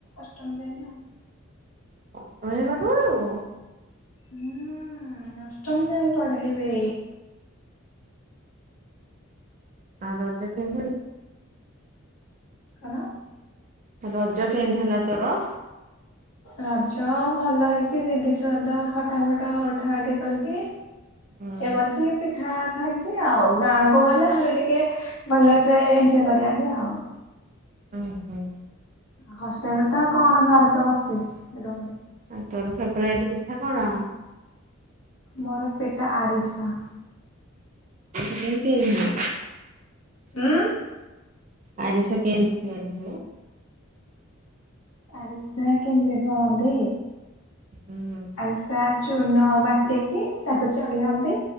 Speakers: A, on the left; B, on the right.
A: ଅଷ୍ଟମ ଯାଏ ଆଉ
B: ଅଷ୍ଟମ ଯାଏ ପାଠ ପଢ଼େଇବୁ?
A: ହୁଁ। ଅଷ୍ଟମ ଯାଏ ପଢେଇବି।
B: ଆଉ ରଜ <inaudible>
A: କଣ?
B: ରଜ କେଏତି ହେଲା ତୋର?
A: ରଜ ଭଲ ହେଇଛି ଦିଦି ସହିତ ଫଟା ଫଟା ଉଠା ଉଠି କରିକି
B: ହୁଁ
A: ଏବିଜି ପିଠା ଖଇଛି ଆଉ ଗାଁକୁ ଗଲେ ଆହୁରି ଟିକେ ଭଲସେ ଏଞୟ କରିବା ଆଉ।
B: ଓଁ ହୁଁ।
A: ହଷ୍ଟେଲରେ ତ ଆଉ କଣ ଘରେ ବସିଛି ନିରବରେ।
B: ଆଉ ତୋର ଫେବରାଇଟ ପିଠା କଣ?
A: ମୋର ପିଠା ଆରିସା।
B: ଏ ଟା କେମିତି ହୁଏ?
A: ଉଁ।
B: ଆରିସା କେଏନ୍ତି ତିଆରି ହୁଏ?
A: ଆରିସା କେମିତି କରନ୍ତି।
B: ହୁଁ।
A: ଆରିସା ଚୁନ ବାଟିକି ତାକୁ ଚଲାନ୍ତି।